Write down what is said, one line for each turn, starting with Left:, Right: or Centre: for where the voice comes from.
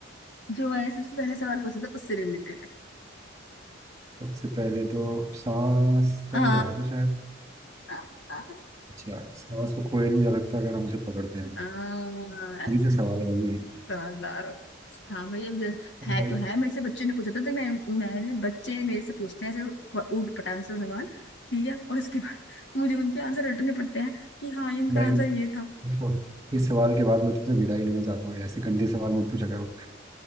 Left: जो मैंने सबसे पहले सवाल पूछा था उससे रिलेटेड
Right: सबसे पहले तो सांस का
Left: आ,
Right: ही आया था शायद
Left: आ, आ,
Right: अच्छा सांस को खोया नहीं जा सकता अगर हम उसे पकड़ते हैं
Left: आ, आ,
Right: अजीब सा सवाल है भाई ये।
Left: समझदार हो हाँ भाई अब जै-
Right: अब
Left: है
Right: भाई
Left: तो है मेरे से बच्चे ने पूछा था तो मैं मैंने बच्चे मेरे से पूछते हैं ऐसे प- ऊट पटांग से सवाल ठीक है और उसके बाद <laughs> मुझे उनके आंसर रटने पड़ते हैं कि हाँ इनका
Right: भाई
Left: आंसर ये था
Right: देखो इस सवाल के बाद मैं तुमसे विदाई लेना चाहता हूँ ऐसे गंदे सवाल मत पूछा करो